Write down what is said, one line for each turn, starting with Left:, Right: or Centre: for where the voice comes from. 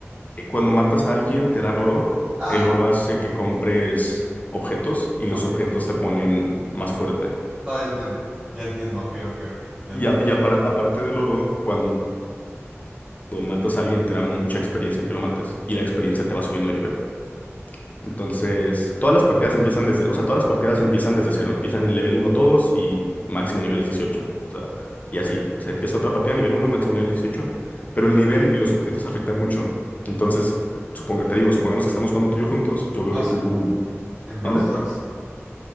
Left: Eh, Cuando matas a alguien, te dan oro,
Right: Ah,
Left: el oro hace que compres objetos y los
Right: ok.
Left: objetos te ponen más fuerte.
Right: No, ya entiendo. Ya entiendo, ok, ok, ok. Ya
Left: Y,
Right: entiendo.
Left: a- y apar- aparte del oro, cuando matas a alguien, te da mucha experiencia que lo mates y la experiencia te va subiendo de nivel. Entonces, todas las partidas empiezan desde, o sea, todas las partidas empiezan desde cero, empiezan en level uno todos y máximo nivel es 18, o sea, y así,
Right: Sí.
Left: se empieza otra partida a nivel uno máximo nivel es 18, pero el nivel y los objetos afectan mucho. Entonces, suponga, te digo, supongamos que estamos jugando tú y yo juntos, yo veo
Right: Ah,
Left: que
Right: o sea,
Left: tú,
Right: como, En Brawl
Left: ¿mande?
Right: Stars.